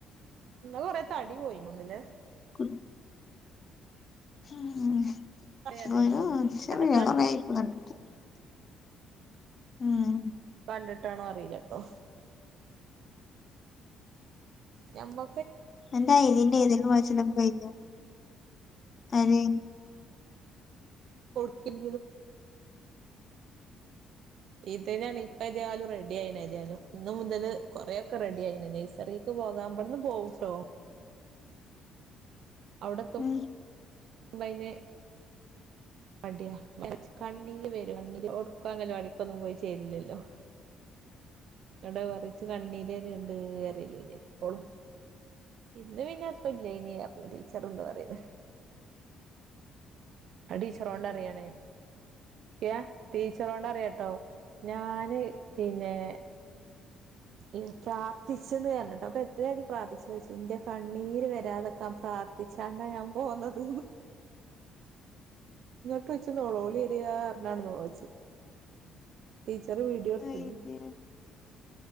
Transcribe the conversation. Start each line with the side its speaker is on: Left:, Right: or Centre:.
Right: കുറേ തടി പോയിണ്ല്ലേ
Left: ഉ <unintelligible>
Right: അതിന് തോന്നുന്നു പട്ടത്ത് കണ്ട്
Left: ഉം
Right: കണ്ടിട്ടാണോ അറിയില്ലട്ടോ ഞമ്മ
Left: എന്റെ ഐദീറെ എയ്താലും വായിച്ചാലും കൈഞ്ഞോ ആര്
Right: ഒടുക്കും ഇത്െയാണ് ഇപ്പ തായാലും റെഡി ആയിണ തായാലും ഇന്ന മുതല് കൊറെക്കെ റെഡി ആയിണ നെയസറിക്ക് പോകാൻമ്പടന്ന് പോകട്ടോ അവിടത്തും
Left: ഉം
Right: കൈഞ്ഞ് മടിയ മച്ച് കണ്ണീ വരും കണ്ണീ ഒടുക്കാങ്ങല്ല വടിക്കൊന്നും പോയി ചെയ്തില്ലല്ലോ ഇവിടെ പറച്ച് കണ്ണീര ഉണ്ട് കേറല്ല ഇനി എപ്പോളും ഇന്ന് പിന്നെ അപ്പല്ലന ടീച്ചർണ്ട് പറയുന്നു അടീ ചറോണ്ട അറിയണേ ക്ക ടീച്ചറോട് അറിയാട്ടോ ഞാന് പിന്നെ <inaudible> പ്രാർഥിച്ചന്ന് പറഞ്ഞിട്ടോ അപ്പൊ എത്രാച്ചം പ്രാർത്ഥിച്ചു ചച്ചു ഇന്റെ കണ്ണീര് വരാതൊക്കാൻ പ്രാർഥിച്ചു ചേണ്ടാ ഞാൻ പോന്നത്ന്ന് ട്ടച്ച നളോളി എരിാണ് നോളോച്ചച്ച് ടീച്ചറ് വീഡിയോ എടുത്തത്
Left: അയിന്